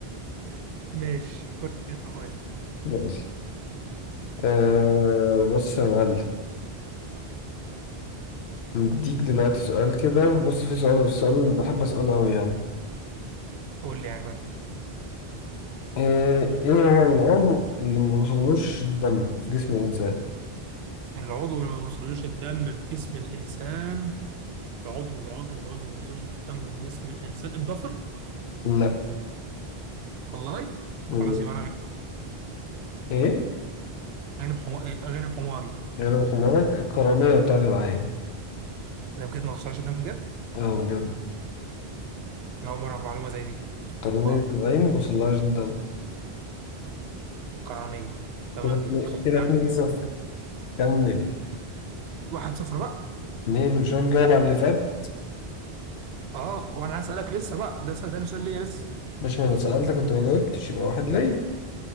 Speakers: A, on the right; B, on the left.
A: <laughs> ماشي خش انت طيب
B: ماشي آه بص يا معلم مديك دلوقتي سؤال كده بص في سؤال السؤال اللي بحب أسأله أوي يعني
A: قول لي يا غالي
B: إيه إيه هو العضو اللي ما بيوصلوش الدم في جسم الإنسان؟
A: العضو اللي ما بيوصلوش الدم في جسم الانسان العضو العضو العضو اللي ما بيوصلوش الدم في جسم الانسان الضفر
B: لا
A: والله
B: مم.
A: خلاص يبقى انا
B: إيه؟
A: غالب حماري غالب حماري
B: غير حمارك القرنية بتاعت العين
A: ده بجد ما حصلش ده بجد
B: أه بجد
A: انا اول مره اعرف معلومه زي دي
B: قرنية
A: واو
B: العين ما بيوصلهاش الدم
A: القرنيه تمام
B: كده اتنين-
A: جدا خلاص
B: كده
A: يا
B: اتنين
A: عم
B: صفر كمل
A: واحد صفر بقى
B: اتنين مش أنا مجاوب على اللي فات
A: اه وانا هسالك لسه بقى ده سنة تاني سؤال ليا لسه
B: ماشي ما أنا سألتك أنت ما جاوبتش يبقى واحد ليا